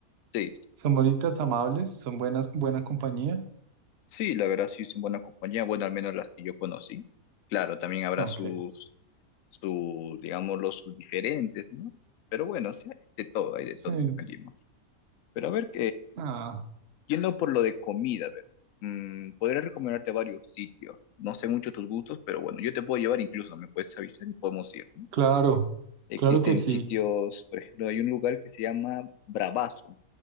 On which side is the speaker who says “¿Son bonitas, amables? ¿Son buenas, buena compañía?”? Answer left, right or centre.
Right